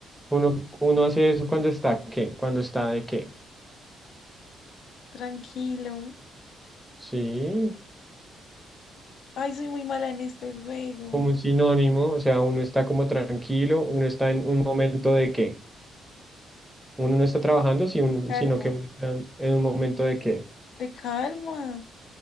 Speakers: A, in the centre; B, on the left.
A: uno, uno hace eso cuando está qué, cuando está de qué.
B: tranquilo.
A: Sí,
B: Ay, soy muy mala en este juego,
A: como un sinónimo, o sea, uno está como tranquilo, uno está en un momento de qué. Uno no está trabajando, si
B: me
A: uno-
B: calmo.
A: sino que uno está en en un momento de qué.
B: Te calma.